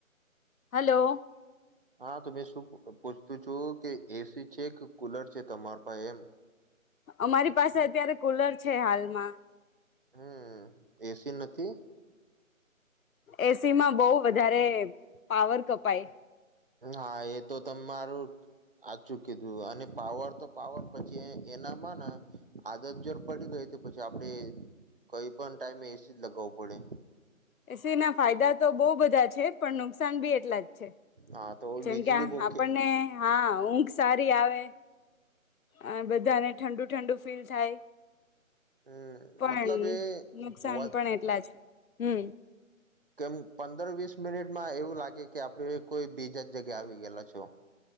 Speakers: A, on the left (about 80°); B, on the right (about 40°).
A: હલો.
B: હા તો મે શું પૂછતું છું કે એ સી છે કે કુલર છે તમાર પાસે એમ?
A: અમારી પાસે અત્યારે કુલર છે હાલમાં.
B: હમ એ સી નથી?
A: એ સીમા બહ વધારે પાવર કપાય.
B: હા એ તો તરું આચું કીધું અને પાવર તો પાવર પછી એનામાં આદત જોર પડી ગઈ. પછી આપણે કઈ પણ ટાઈમે એ સી જ લગાવવું પડે.
A: એ સીના ફાયદા તો બહુ બધા છે પણ નુકસાન બી એટલા જ.
B: હા તો
A: જેમ
B: વીજળી
A: કે
B: બોકે
A: આપણને હા ઊંઘ સારી આવે. આ બધાને ઠંડુ ઠંડુ ફીલ થાય.
B: હમ
A: પણ
B: મતલબ એ
A: નુકસાન
B: વાત
A: પણ એટલા જ. હમ્મ.
B: કેમ પંદર વીસ મિનિટમાં એવું લાગે કે આપડે કોઈ બીજા જ જગ્યા આવી ગયેલા છો.